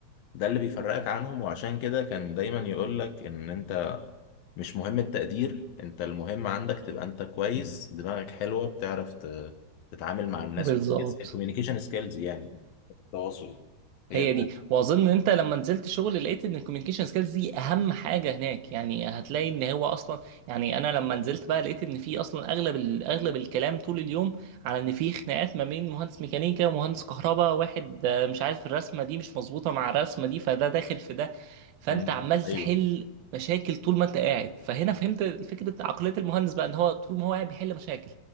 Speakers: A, on the left; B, on the right.
A: ده اللي بيفرقك عنهم وعشان كده كان دايما يقولك ان انت مش مهم التقدير انت المهم عندك تبقى انت كويس دماغك حلوة بتعرف ت... تتعامل مع الناس
B: بالظبط
A: كويس الكوميونيكيشن سكيلز يعني التواصل هي
B: هي دي واظن ان انت لما نزلت شغل لقيت ان الكوميونيكيشن سكيلز دي اهم حاجه هناك يعني هتلاقي ان هو اصلا يعني انا لما نزلت بقى لقيت ان في اصلا اغلب ال- اغلب الكلام طول اليوم على ان في خناقات ما بين مهندس ميكانيكا ومهندس كهرباء واحد آه، مش عارف الرسمه دي مش مظبوطه مع الرسمه دي فده داخل في ده فانت
A: مم.
B: عمال تحل
A: ايوه
B: مشاكل طول ما انت قاعد فهنا فهمت فكره عقليه المهندس بقى ان هو طول ما هو قاعد بيحل مشاكل